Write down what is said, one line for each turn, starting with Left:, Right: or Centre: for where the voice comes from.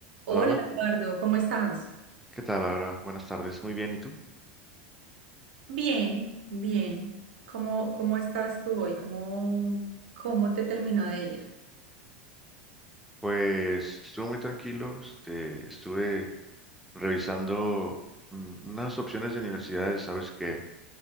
Right: Hola
Centre: Hola, hola.
Right: Eduardo, ¿cómo estás?
Centre: ¿Qué tal, Laura? Buenas tardes. Muy bien, ¿y tú?
Right: Bien, bien. ¿Cómo, cómo estás tú hoy? ¿Cómo, cómo te terminó de ir?
Centre: Pues estuvo muy tranquilo. Este, estuve revisando mm, unas opciones de universidades. Sabes que